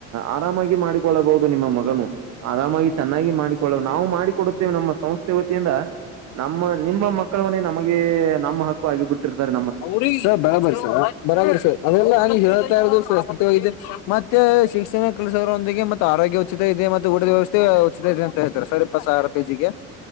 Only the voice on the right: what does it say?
ಆರಾಮಾಗಿ ಮಾಡಿಕೊಳ್ಳಬಹುದು ನಿಮ್ಮ ಮಗನು ಆರಾಮಾಗಿ ಚೆನ್ನಾಗಿ ಮಾಡಿಕೊಳ್ಳ ನಾವು ಮಾಡಿಕೊಡುತ್ತೇವೆ ನಮ್ಮ ಸಂಸ್ಥೆ ವತಿಯಿಂದ ನಮ್ಮ ನಿಮ್ಮ ಮಕ್ಕಳವನೇ ನಮಗೆ ನಮ್ಮ ಹಕ್ಕು ಆಗಿ ಬಿಟ್ಟಿರ್ತಾರೆ